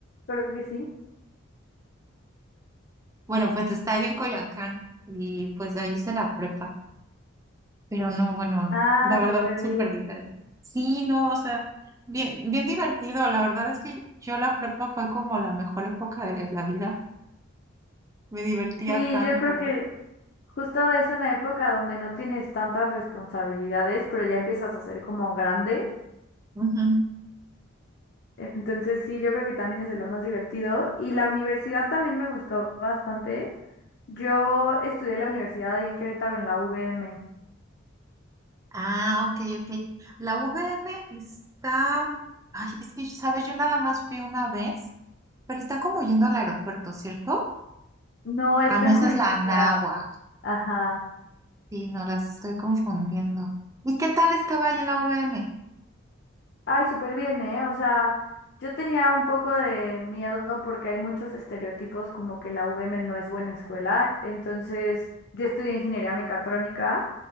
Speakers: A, on the left; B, on the right.
A: Creo que sí.
B: Bueno, pues está ahí en Coyoacán y pues ahí hice la prepa. Pero no, bueno,
A: Ah,
B: la verdad
A: súper
B: es súper
A: bien.
B: diferente. Sí, no, o sea, bien, bien divertido. La verdad es que yo la prepa fue como la mejor época de la vida. Me divertía
A: Sí,
B: tanto.
A: yo creo que justo es una época donde no tienes tantas responsabilidades, pero ya empiezas a ser como grande.
B: Ujú.
A: Entonces sí, yo creo que también es de lo más divertido. Y la universidad también me gustó bastante. Yo estudié en la universidad ahí en Querétaro, en la U V M
B: Ah, ok, ok. La VM está. Ay, es que, ¿sabes? Yo nada más fui una vez, pero está como yendo al aeropuerto, ¿cierto?
A: No, está
B: Ah, no,
A: en
B: esa
A: Juriquilla.
B: es la Anáhuac.
A: Ajá.
B: Sí, no las estoy confundiendo. ¿Y qué tal estaba ahí en la U V M?
A: Ay, súper bien, ¿eh? O sea, yo tenía un poco de miedo porque hay muchos estereotipos como que la UVM no es buena escuela. Entonces, yo estudié ingeniería mecatrónica